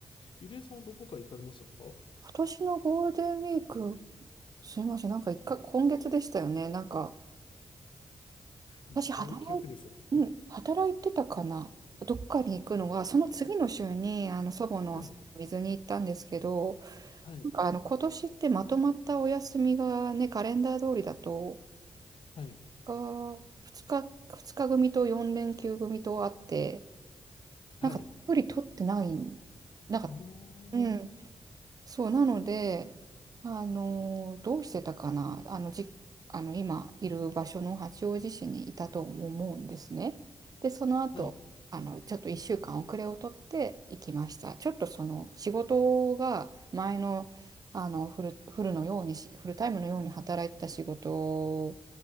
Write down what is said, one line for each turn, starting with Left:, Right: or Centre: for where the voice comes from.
Left: ゆりえさんはどこか行かれましたかも
Right: 今年のゴールデンウィーク、すみません。なんか一回、今月でしたよね。なんか、
Left: う遠い記憶ですよね。
Right: 私働い、うん、働いてたかな。どっかに行くのが、その次の週に、あの、祖母の水に行ったんですけど、
Left: はい、はい、
Right: なんかあの、今年ってまとまったお休みがね、カレンダー通りだと、
Left: はい、
Right: が、2日、2日組と4連休組とあって、
Left: はい。
Right: なんか、たっぷり取ってないなんか、
Left: お
Right: うん、
Left: ー、
Right: そう、なので、あの、どうしてたかな、あの、じ、あの、今いる場所の八王子市にいたと思うんですね。で、その後、
Left: はい、
Right: あの、ちょっと1週間遅れを取って行きました。ちょっとその仕事が前の、あのフル、フルのようにし、フルタイムのように働いてた仕事